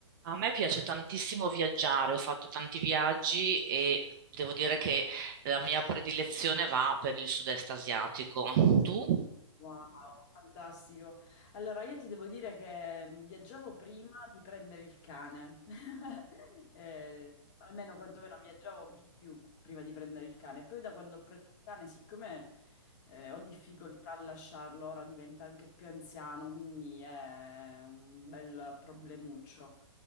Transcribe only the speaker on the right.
A me piace tantissimo viaggiare, ho fatto tanti viaggi e devo dire che la mia predilezione va per il sud-est asiatico. Tu?